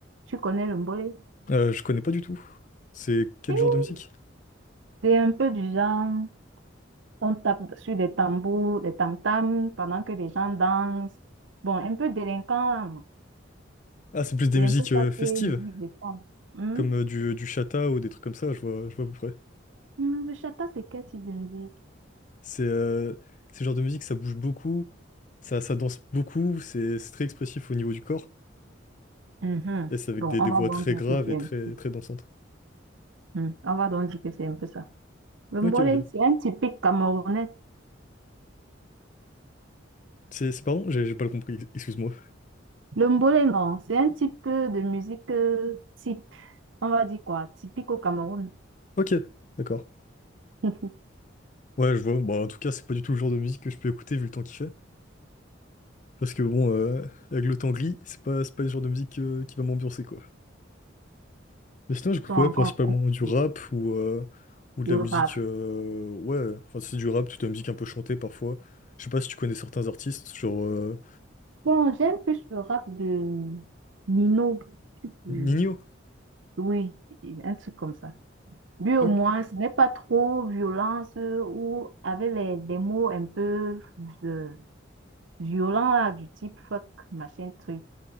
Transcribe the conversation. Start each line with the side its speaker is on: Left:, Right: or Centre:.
Right: Tu connais le mbolé?
Left: Euh, je connais pas du tout. C'est quel
Right: Oui.
Left: genre de musique?
Right: C'est un peu du genre, on tape sur des tambours, des tam-tams pendant que les gens dansent. Bon, un peu délinquant, hein.
Left: Ah, c'est plus des
Right: C'est
Left: musiques
Right: un peu
Left: euh,
Right: ça qui
Left: festives,
Right: est une musique de femme. Hmm?
Left: comme euh, du, du chata ou des trucs comme ça, je vois, je vois à peu près.
Right: Hmm, le chata, c'est quel type de musique?
Left: C'est euh, ce genre de musique, ça bouge beaucoup, ça, ça danse beaucoup, c'est c'est très expressif au niveau du corps.
Right: Mhm.
Left: Et c'est avec
Right: Bon,
Left: des,
Right: on
Left: des
Right: va
Left: voix
Right: donc
Left: très
Right: dire
Left: graves
Right: que c'est
Left: et très,
Right: un peu.
Left: très dansantes.
Right: hmm, On va donc dire que c'est un peu ça. Le
Left: Ok,
Right: mbolé,
Left: ok.
Right: c'est un typique camerounais.
Left: C'est, c'est- pardon, j'ai j'ai pas le compris, ex- excuse-moi.
Right: Le mbolé, non, c'est un type de musique euh, type. On va dire quoi? Typique au Cameroun.
Left: Ok, d'accord.
Right: <laughs> Ils
Left: Ouais, je vois. Bon, en tout cas, c'est pas du tout le genre de musique que je peux écouter vu le temps qu'il fait. Parce que bon, euh, avec le temps gris, c'est pas, c'est pas le genre de musique euh, qui va m'ambiancer, quoi. Mais sinon, j'écoute
Right: sont encore
Left: ouais, principalement
Right: en train
Left: du
Right: de-
Left: rap ou, euh, ou de
Right: de
Left: la musique.
Right: rap.
Left: euh, ouais, enfin, c'est du rap, toute la musique un peu chantée parfois. Je sais pas si tu connais certains artistes, genre euh,
Right: Bon, j'aime plus le rap de Nino. Euh,
Left: Ninho.
Right: Oui, un truc comme ça. Lui, au
Left: Ok.
Right: moins, ce n'est pas trop violence euh, ou avec les, les mots un peu euh, violents, là, du type fuck, machin, truc.